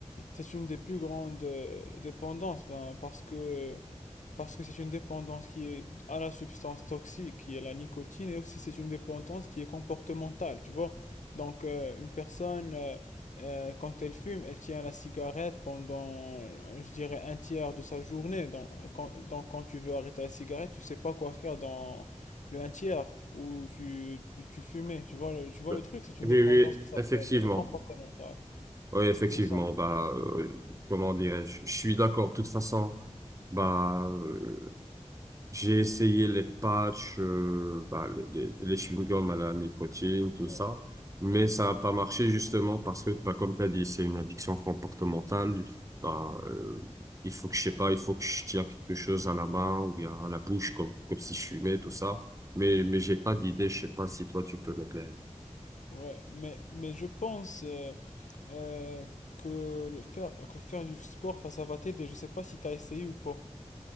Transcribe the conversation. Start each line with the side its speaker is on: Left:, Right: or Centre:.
Left: c'est une des plus grandes euh, dépendances, ben, parce que Parce que c'est une dépendance qui est à la substance toxique, qui est la nicotine, et aussi c'est une dépendance qui est comportementale, tu vois. Donc euh, une personne, euh, euh, quand elle fume, elle tient la cigarette pendant, je dirais, un tiers de sa journée. Donc quand, donc, quand tu veux arrêter la cigarette, tu sais pas quoi faire dans le un tiers où tu, tu fumais. Tu vois le, tu vois
Right: Bah,
Left: le truc, c'est une
Right: Oui,
Left: dépendance
Right: oui,
Left: qui s'appelle
Right: effectivement.
Left: euh, comportementale.
Right: Oui, effectivement.
Left: Pour ça.
Right: Bah, euh, comment dirais-je? Je suis d'accord. De toute façon, bah, euh, J'ai essayé les patchs, euh, bah, les, les chewing-gums à la nicotine, tout
Left: ouais.
Right: ça, mais ça n'a pas marché justement parce que, bah, comme tu as dit, c'est une addiction comportementale. Bah, euh, il faut que je sais pas, il faut que je tiens quelque chose à la main ou bien à la bouche comme, comme si je fumais, tout ça. Mais, mais j'ai pas d'idée, je sais pas si toi tu peux m'éclairer.
Left: Ouais, mais, mais je pense euh, euh, que, le faire, que faire du sport, enfin, ça va t'aider. Je sais pas si t'as essayé ou pas.